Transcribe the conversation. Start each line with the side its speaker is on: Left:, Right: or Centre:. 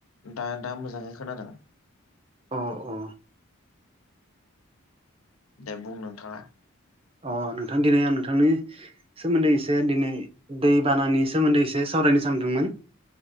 Left: दा दा मोजाङै खोनादों।
Right: अ अ
Left: दे बुं नोंथाङा
Right: अ नोंथांनि दिनै आं नोंथांनि सोमोन्दै एसे दिनै दैबानानि सोमोन्दै एसे सावरायनो सानदोंमोन